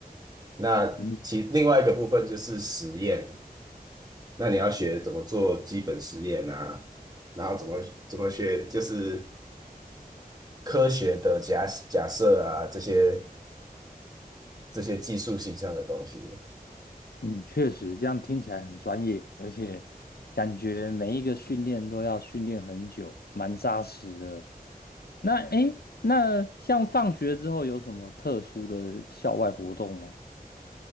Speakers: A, on the right; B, on the left.
A: 那其另外一个部分就是实验，
B: 嗯
A: 那你要学怎么做基本实验啊，然后怎么怎么学就是科学的假假设啊这些这些技术性上的东西。
B: 嗯，确实，这样听起来很专业，而且感觉每一个训练都要训练很久，蛮扎实的。那诶，那像放学之后有什么特殊的校外活动吗？